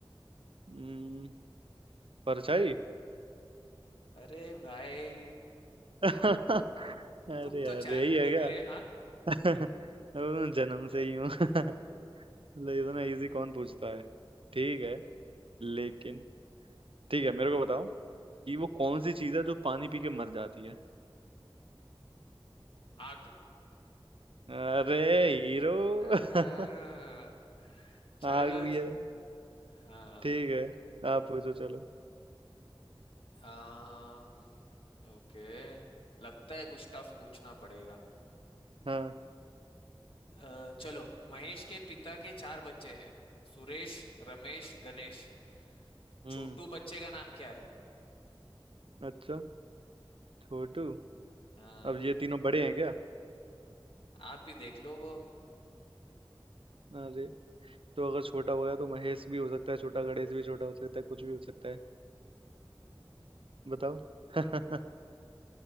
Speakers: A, on the right; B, on the left.
A: हम्म परछाई
B: अरे भाई
A: <laughs> अरे
B: तुम
A: यार
B: तो चैंप
A: यही है
B: निकले
A: क्या
B: हाँ
A: <laughs> वो मैं जन्म से ही हूँ <laughs> मतलब
B: हम्म,
A: इतना इजी कौन पूछता है ठीक है
B: हम्म,
A: लेकिन ठीक है मेरे को बताओ कि वो कौन सी चीज है जो पानी पी के मर जाती है
B: आग
A: अरे हीरो
B: आ,
A: <laughs>
B: चलो
A: आग भी है
B: हाँ
A: ठीक है आप पूछो चलो
B: आ, ओके लगता है कुछ टफ पूछना पड़ेगा
A: हाँ
B: अ, चलो महेश के पिता के चार बच्चे हैं सुरेश रमेश गणेश
A: हम्म
B: छोटू बच्चे का नाम क्या है
A: अच्छा छोटू
B: हाँ
A: अब ये तीनों बड़े हैं क्या
B: आप ही देख लो वो
A: अरे तो अगर छोटा हो गया तो महेश भी हो सकता है छोटा गणेश भी छोटा हो सकता है कुछ भी हो सकता है बताओ <laughs>